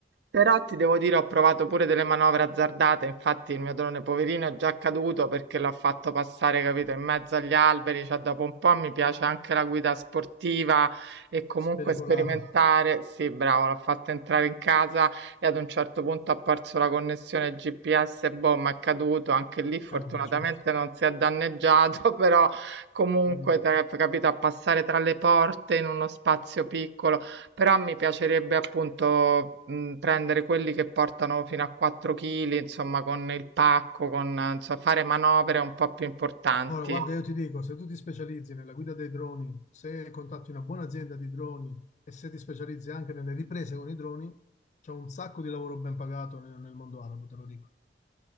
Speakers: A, on the right; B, on the left.
A: Però ti devo dire ho provato pure delle manovre azzardate, infatti il mio drone poverino è già caduto perché l'ho fatto passare, capito, in mezzo agli alberi, cioè dopo un po' mi piace anche la guida sportiva e comunque
B: spericolata.
A: sperimentare. Sì, bravo, l'ho fatto entrare in casa e ad un certo punto ha perso la connessione GPS, boh, ma è caduto, anche lì fortunatamente
B: Eh, vabbè, certo.
A: non si è danneggiato, <laughs> però comunque,
B: Mm.
A: te- capito, a passare tra le porte in uno spazio piccolo però mi piacerebbe appunto mh, prendere quelli che portano fino a 4 kg, insomma, con il pacco, con eh, insomma, fare manovre un po' più importanti.
B: Allora, guarda, io ti dico, se tu ti specializzi nella guida dei droni, se contatti una buona azienda di droni e se ti specializzi anche nelle riprese con i droni, c'è un sacco di lavoro ben pagato nel, nel mondo arabo, te lo dico.